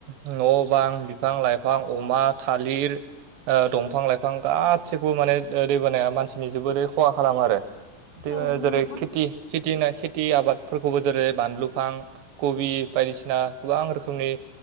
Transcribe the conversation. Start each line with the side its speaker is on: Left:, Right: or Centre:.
Right: न' बां बिफां लाइफां अमा थालिर दंफां लाइफां गा खौबो माने दैबानाया मानसिनि जोबोरै खहा खालामो आरो थ
Left: औ नंगौ
Right: जेरै
Left: नोंथां
Right: खेथि खेथिना खेथि आबादफोरखौबो जेरै बानलुफां कबि बायदिसिना गोबां रोखोमनि